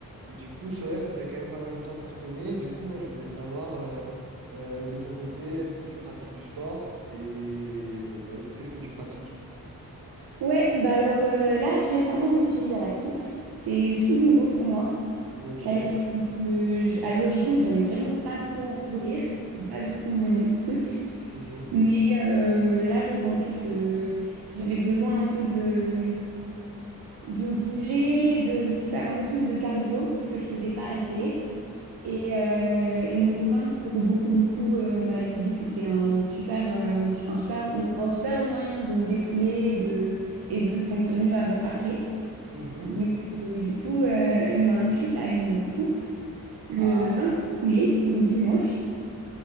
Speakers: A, on the right; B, on the right.
A: Du coup, Solène, ça fait quand même pas mal de temps qu'on se connaît. Du coup, moi, je voulais savoir euh, euh, de ton côté, est-ce que tu pratiques du sport et ouais, qu'est-ce que tu pratiques?
B: Ouais, bah alors euh, là récemment je me suis mise à la course, c'est tout nouveau pour moi.
A: Ok.
B: Parce que euh, j- à l'origine j'aime vraiment pas trop courir, c'est pas du tout mon truc.
A: Mhm.
B: Mais euh, là je sentais que j'avais besoin un peu de de bouger, de faire un peu plus de cardio, ce que je faisais pas assez. Et, euh, et mon copain qui court beaucoup beaucoup euh, m'a dit que c'était un super euh, une su- un super une- un super moyen de se défouler et de et de se sentir mieux avant après.
A: Mhm.
B: Donc, euh, du coup, euh, il m'a inscrite à une course le
A: Ah.
B: 20 mai, donc dimanche.